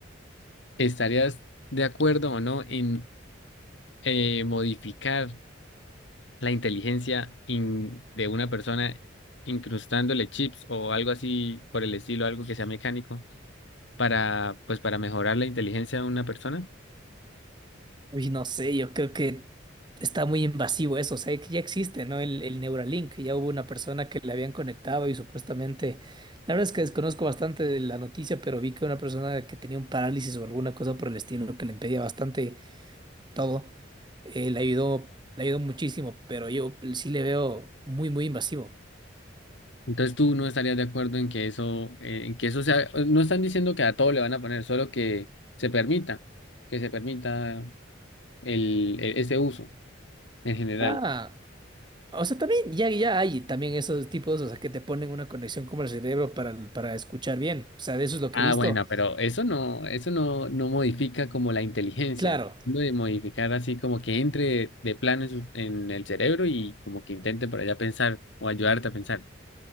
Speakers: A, on the left (about 70°); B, on the right (about 25°).
A: ¿Estarías de acuerdo o no en eh, modificar la inteligencia in- de una persona incrustándole chips o algo así por el estilo, algo que sea mecánico, para, pues, para mejorar la inteligencia de una persona?
B: Uy, no sé, yo creo que está muy invasivo eso, o sea, que ya existe, ¿no? El, el Neuralink, ya hubo una persona que le habían conectado y supuestamente, la verdad es que desconozco bastante de la noticia, pero vi que una persona que tenía un parálisis o alguna cosa por el estilo que le impedía bastante todo, eh, le ayudó, le ayudó muchísimo, pero yo sí le veo muy, muy invasivo.
A: Entonces tú no estarías de acuerdo en que eso, eh, en que eso sea, no están diciendo que a todo le van a poner, solo que se permita, que se permita el, e- ese uso en general.
B: Ah, o sea, también ya, ya hay también esos tipos, o sea, que te ponen una conexión como el cerebro para, para escuchar bien, o sea, de eso es lo que
A: Ah,
B: he visto.
A: bueno, pero eso no, eso no, no modifica como la inteligencia.
B: Claro,
A: Lo de modificar así como que entre de plano en, su- en el cerebro y como que intente por allá pensar o ayudarte a pensar.